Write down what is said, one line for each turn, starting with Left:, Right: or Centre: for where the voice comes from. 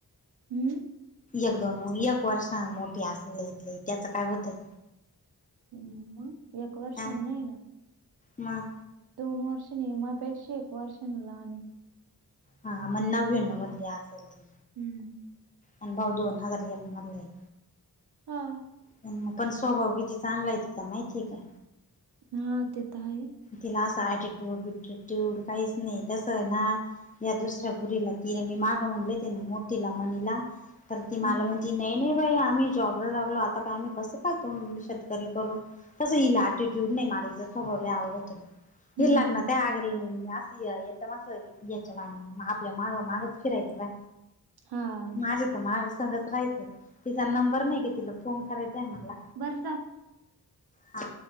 Right: हम्म
Left: एक दोन, एक वर्षान मोठीे असल लय त लय त्याचं काय होतय.
Right: हम्म एक वर्षान
Left: अ
Right: नाही ना.
Left: मग
Right: दोन वर्ष नि, माया पेक्षा एक वर्ष नि लहान आहे.
Left: हा मग नव्यानव मधली असल ती.
Right: हम्म.
Left: मग भाऊ दोन हजार एक मधलाय.
Right: हां.
Left: पण मग स्वभाव किती चांगला आहे तिचा माहिते काय?
Right: हा ते तर आहे.
Left: तिला असं ऍटिट्यूड बिटिट्यूड काहीच नाही, तसं ना या दुसऱ्या पोरीला, तीई मी माग म्हणले त्याने मोठीला महनला तर ती मला
Right: हम्म
Left: म्हणती, नाही नाही बाई आम्ही जॉबला लागलो, आता का आम्ही कसं काय तो शेतकरी करून घेऊ. कसं हिल अटिट्यूड नाही मला ईचा स्वभाव लय आवडतो,
Right: हम्म.
Left: हि लागना ते आस एकदम असं याच्या आणि, आपल्या माग मागच फिरायची बाई.
Right: हां.
Left: माझ तर, माझ संघच राहायचं, तिचा नंबर नाही का तिला फोन करायचाय मला.
Right: बर चल.
Left: हा